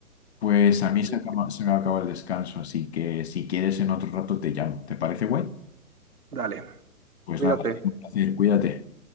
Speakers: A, on the left; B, on the right.
A: Pues a
B: Así
A: mí se Sí. acaba-
B: que
A: se me acaba el descanso, así que si quieres en otro rato te llamo. ¿Te parece guay?
B: dale,
A: Pues
B: cuídate.
A: nada, ha sido un placer, cuídate.